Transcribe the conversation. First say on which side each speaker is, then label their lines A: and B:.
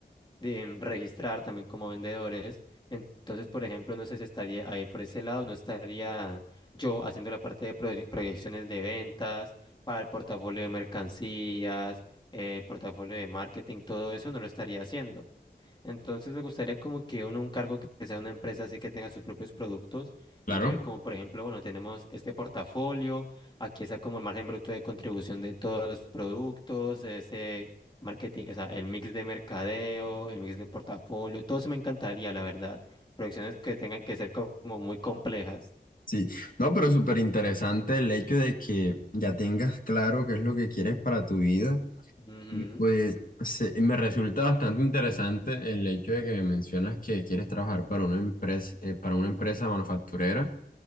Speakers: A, on the left (about 25°); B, on the left (about 50°).
A: de- registrar también como vendedores. Entonces, por ejemplo, no sé si estaría ahí por ese lado, no estaría yo haciendo la parte de proye- proyecciones de ventas para el portafolio de mercancías, eh, portafolio de marketing, todo eso no lo estaría haciendo. Entonces me gustaría como que uno, un cargo que sea una empresa así que tenga sus propios productos
B: Claro.
A: y yo ver como por ejemplo, bueno, tenemos este portafolio, aquí está como el margen bruto de contribución de todos los productos, ese marketing, o sea, el mix de mercadeo, el mix de portafolio, todo eso me encantaría, la verdad. Producciones que tengan que ser co- como muy complejas.
B: Sí, no, pero súper interesante el hecho de que ya tengas claro qué es lo que quieres para tu vida
A: Ujú,
B: Y pues se- me resulta bastante interesante el hecho de que mencionas que quieres trabajar para una empresa, eh, para una empresa manufacturera.